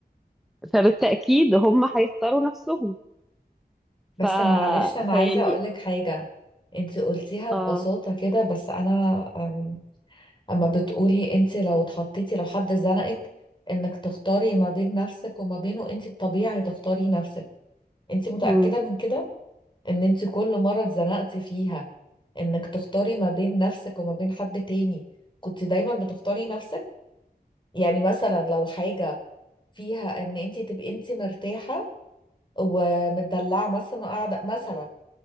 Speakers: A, in the centre; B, on the left.
A: فبالتأكيد هم هيختاروا نفسهم
B: بس
A: ف
B: معلش انا
A: فيعني
B: عايزة اقولك حاجة انت قلتيها ببساطة
A: اه
B: كده بس انا أم، اما بتقولي انت لو اتحطيتي لو حد زنقك انك تختاري ما بين نفسك وما بينه انت الطبيعي تختاري نفسك انت متأكدة
A: مم.
B: من كده ان انت كل مرة اتزنقتي فيها انك تختاري ما بين نفسك وما بين حد تاني كنت دايما بتختاري نفسك يعني مثلا لو حاجة فيها ان انت تبقي انت مرتاحة ومتدلعة مثلا قاعدة مثلا